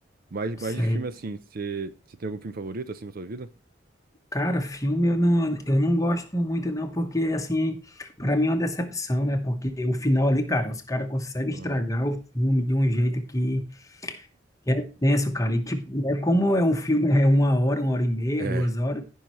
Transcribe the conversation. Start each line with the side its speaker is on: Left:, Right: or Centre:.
Right: Mas, mas
Left: sei.
Right: de filme, assim, você tem algum filme favorito, assim, na sua vida?
Left: Cara, filme eu não, eu não gosto muito não, porque assim, para mim é uma decepção, né? Porque o final ali, cara, os caras conseguem
Right: Aham.
Left: estragar o filme de um jeito que, que é tenso, cara. E tipo, né, como é um filme, é uma hora, uma hora e meia,
Right: É,
Left: duas horas,